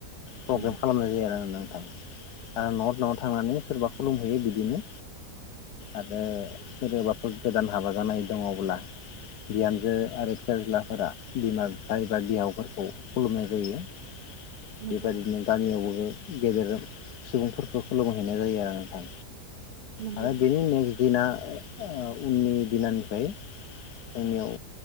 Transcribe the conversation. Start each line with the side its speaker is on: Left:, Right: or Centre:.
Left: प्रग्राम
Right: अ
Left: खालामनाय जायो आरो ना नोंथां आरो न' न'आव थांनानै सोरबा खुलुमहैयो बिदिनो आरो सोरबाफोर गोदान हाबा जानाय दङब्ला बिहामजो आरो फिसाज्लाफोरा बिमा बिफा एबा बिहावफोरखौ खुलुमनाय जायो।
Right: नंगौ
Left: बेबायदिनो
Right: नोंथां
Left: गामियावबो गेदेरजों सुबुंफोरखौ खुलुमहैनाय जायो आरो नोंथां।
Right: नंगौ
Left: आरो बिदि नेक्स दिना ओ उननि दिनानिफ्राय जोंनियाव